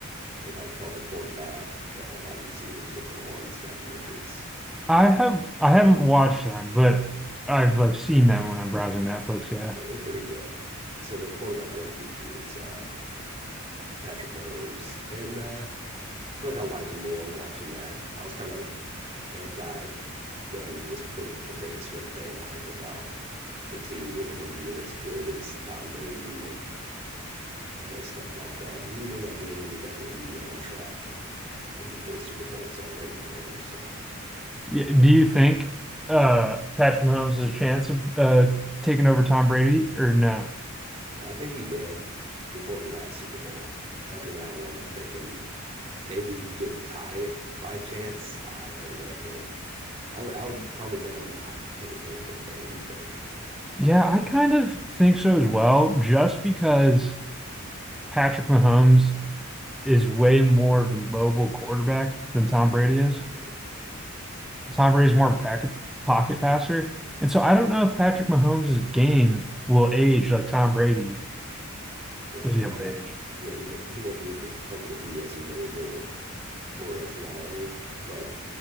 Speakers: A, on the right; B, in the centre.
A: they're like called the quarterback, uh, wide Receiver, There's different ones, documentaries.
B: I have I haven't watched them but I've like seen them when I'm browsing Netflix yeah,
A: Yeah, they're pretty good. So the quarterback one features uh, Patrick Mahomes, and uh, I feel like I like him more watching that. I was kind of anti them just because of the Taylor Swift thing and the hype about the team and him being as good as Tom Brady and all that stuff like that. Because if he won that game, he'd definitely be on track. There'd be four Super Bowls already for him. So
B: yeah. Do you think uh Patrick Mahomes has a chance of uh taking over Tom Brady or no?
A: I think he did before the last Super Bowl. After that one, I'm thinking maybe he could tie it by chance. I don't know if he'll. I would. I would probably bet on not that he won't get there. What do you think?
B: Yeah, I kind of think so as well just because Patrick Mahomes is way more of a mobile quarterback than Tom Brady is.
A: Yep.
B: Tom Brady is more of a packet, pocket passer. And so I don't know if Patrick Mahomes' game will age like Tom Brady
A: right?
B: was
A: He
B: able
A: might
B: to
A: not.
B: age.
A: Yeah, he won't. He won't be able to, able to be as mobile for as long. But